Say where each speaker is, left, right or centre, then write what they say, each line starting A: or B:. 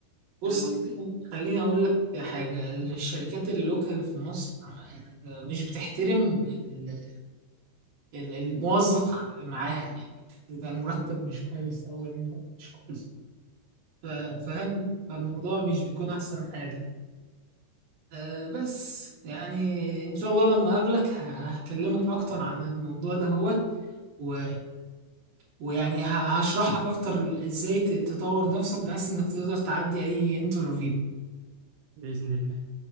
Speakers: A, on the right; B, on the right.
A: بص
B: فاهم قصدي
A: خليني اقول لك حاجه الشركات اللوكال في مصر آه، مش بتحترم ال- ال- الموظف عن- معاها يعني بيبقى المرتب مش كويس او الانترفيو مش كويس ف- فاهم فالموضوع مش بيكون احسن حاجه آه، بس يعني ان شاء الله لما اقابلك ه- هكلمك اكتر عن الموضوع ده هوت و... ويعني ه- هشرح لك اكتر ازاي ت- تطور نفسك بحيث انك تقدر تعدي اي انترفيو
B: بإذن الله